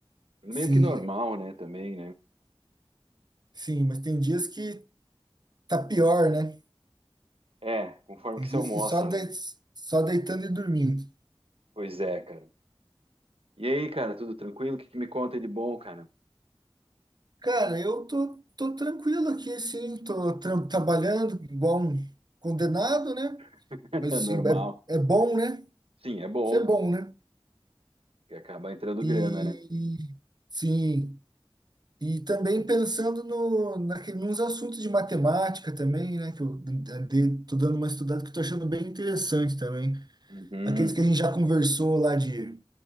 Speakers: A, on the right; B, on the right.
A: Meio
B: Sim,
A: que normal, né? Também, né?
B: sim, mas tem dias que tá pior, né?
A: É, conforme
B: Tem
A: que
B: dias
A: você almoça,
B: que só, de,
A: né?
B: só deitando e dormindo.
A: Pois é, cara. E aí, cara, tudo tranquilo? O que que me conta de bom, cara?
B: Cara, eu tô, tô tranquilo aqui, sim, tô tra- trabalhando, igual um condenado, né?
A: <laughs>
B: Mas
A: É normal.
B: sim, é, é bom, né?
A: Sim, é bom,
B: Isso é bom, né?
A: porque acaba entrando
B: E
A: grana, né?
B: sim. E também pensando no, naquele, nos assuntos de matemática também, né? Que eu andei, tô dando uma estudada que eu tô achando bem interessante também.
A: Uhum,
B: Aqueles que a gente já conversou lá de